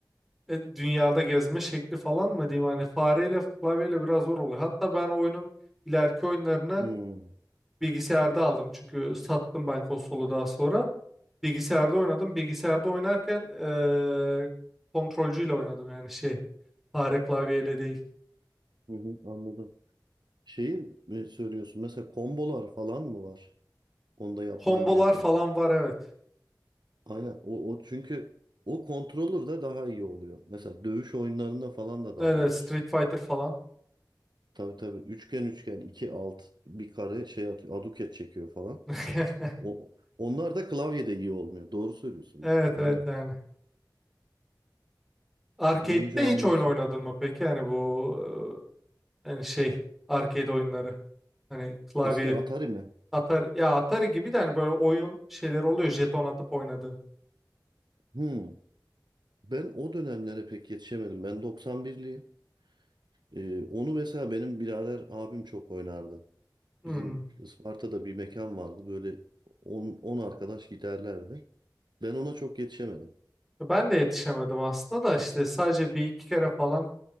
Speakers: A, in the centre; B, on the right.
A: e, dünyada gezme şekli falan mı diyeyim hani fareyle klavyeyle biraz zor oluyor. Hatta ben oyunun ileriki oyunlarını
B: Hmm,
A: bilgisayarda aldım çünkü sattım ben konsolu daha sonra. Bilgisayarda oynadım. Bilgisayarda oynarken e, kontrolcüyle oynadım yani şey fare klavyeyle değil.
B: Hı hı, anladım. Şeyi mi söylüyorsun? Mesela kombolar falan mı var? Onda yapman
A: Kombolar
B: gereken.
A: falan var evet.
B: Aynen. O, o çünkü o kontrolür de daha iyi oluyor. Mesela dövüş oyunlarında falan da daha
A: Evet evet,
B: iyidir.
A: Street Fighter falan.
B: Tabii tabii. Üçgen üçgen iki alt bir kare şey atıyor. Aduket çekiyor falan.
A: <laughs>
B: O, onlar da klavyede iyi olmuyor. Doğru söylüyorsun
A: Evet
B: bak. Aynen.
A: evet yani. Arcade'de
B: Oyun camiası.
A: hiç oyun oynadın mı peki? Yani bu e, hani şey arcade oyunları. Hani klavye
B: Eski Atari mi?
A: Atari, ya Atari gibi de hani böyle oyun şeyleri oluyor jeton atıp oynadığın.
B: Hmm. Ben o dönemlere pek yetişemedim. Ben 91'liyim. Ee, onu mesela benim birader abim çok oynardı.
A: Hmm.
B: Bizim Isparta'da bir mekan vardı. Böyle on on arkadaş giderlerdi. Ben ona çok yetişemedim.
A: Ben de yetişemedim aslında da işte sadece bir iki kere falan